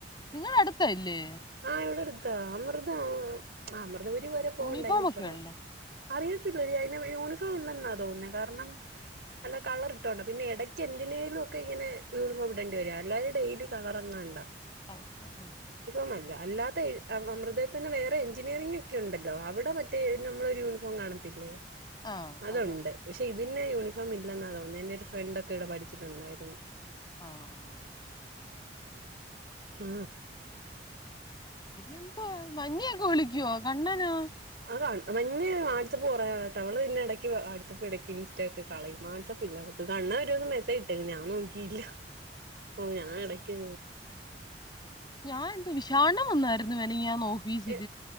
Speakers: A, on the left; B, on the right.
A: നിങ്ങള അടുത്തല്ലേ
B: ആ ഇവിടെ അമർത ആ അമൃതപൂരി പോരെ പോവണ്ട
A: യൂണിഫോം
B: അതിനി
A: ഒക്കെ
B: പിറക
A: ഉണ്ടോ
B: അറിയത്തില്ല അതിന് യൂണിഫോം ഇല്ലെന്നാാണ് തോന്നുന്നത് കാരണം അല്ല കളർ ഇട്ടൊണ്ട പിന്നെ ഇടയ്ക്ക് എന്തിനേലും ഒക്കെ ഇങ്ങനെ യൂണിഫോം ഇടേണ്ടി വരിക അല്ലാും ഡെയിലി കളർങ്ങേണ്ട
A: പള ഉ ഉ
B: ല്ല അല്ലാത്ത അമൃതയ തന്നെ വേറെ എഞ്ചിനീയറിംഗ ഒക്കെ ഉണ്ടല്ലോ അവിടെ മറ്റേ നമ്മളൊ ഒരു യൂണിഫോം കാണത്തില്ലേ
A: ആഹ്
B: അതുൊണ്ട്
A: അതോ
B: പക്ഷെ ഇത് നിന്നെ യൂണിഫോം ഇല്ലെന്ന തോന്നുന്നു എന്റെറെ ഒരു ഫ്രണ്ട് ഒക്കെ ഇവിടെ പഠിച്ചിട്ടുണ്ടായിരുന്നു
A: ആണോ ആണോക്കെ
B: ആ
A: പിന്നെന്തുവാ മഞ്ഞയൊക്കെ വിളിക്കുവോ കണ്ണനോ
B: ആ മഞ്ഞ വാട്സ്ആപ്പ് കുറയ കേട്ടോ അവള് പിന്നെ ഇടയ്ക്ക് വാട്സആപ്പ് ഇടയ്ക്ക് ഇൻസ്റ്റ ഒക്കെ കളയും വാട്സപ്പ ഇല്ല അവക്ക് കണ്ണ ഒരുപസം മെസജ് ഇട്ട ഞാൻ നോക്കിയില്ല ഓ ഞാൻ ഇടയ്ക്ക്
A: ഞാൻ എന്ത് വിഷാണം വന്നായിരുന്നുന ഓഫീസ്്
B: എ